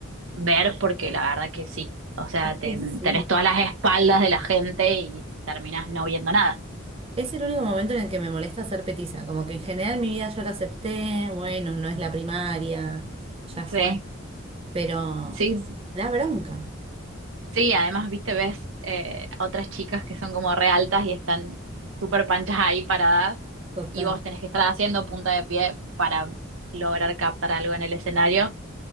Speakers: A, on the right; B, on the right.
A: ver, porque la verdad que sí. O sea,
B: este
A: te-
B: sí.
A: tenés todas las espaldas de la gente y terminás no viendo nada.
B: Es el único momento en el que me molesta ser petiza, como que en general mi vida yo la acepté, bueno, no es la primaria, ya fue,
A: Sí,
B: pero
A: sí,
B: la bronca.
A: sí, además, viste, ves eh, a otras chicas que son como re altas y están súper panchas ahí paradas
B: Total.
A: y vos tenés que estar haciendo punta de pie para lograr captar algo en el escenario.